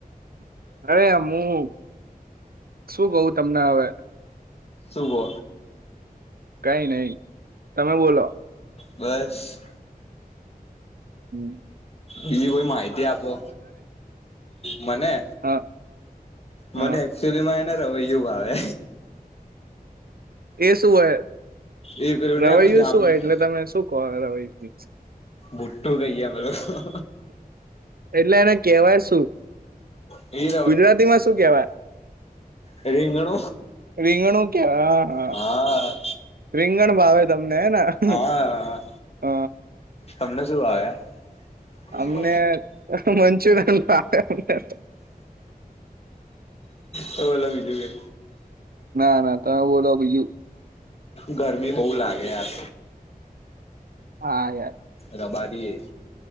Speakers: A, on the right; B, on the left.
A: અરે હું શું કવ તમને હવે
B: શુ કો
A: કાઈ નય તમે બોલો
B: બસ
A: હમ.
B: બીજી કોઈ માહિતી આપો મને
A: હ
B: મને
A: હ
B: એકચુઅલીમાં એને રવેયું ભાવે
A: એ શું હોય
B: એ પેલું નહી
A: રવૈયુ
B: આવતું જાંબલી
A: શું હોય એટલે તમે શું કહો રવૈયું?
B: ભુટ્ટુ કહીએ અમે લોકો
A: એટલે એને કેવાય શું?
B: એ
A: ગુજરાતીમાં શું કેવાય
B: રીંગણું
A: રીંગણું કેવાય હ હ
B: હા.
A: રિંગણ ભાવે તમને હેન હ
B: હા તમને શું ભાવે? <inaudible>
A: અમને મંચુરિયન ભાવે અમને
B: તો બોલો બીજું કય
A: ના ના તમે બોલો બીજું
B: ગરમી બો લાગે યાર
A: હા યાર
B: રબારીએ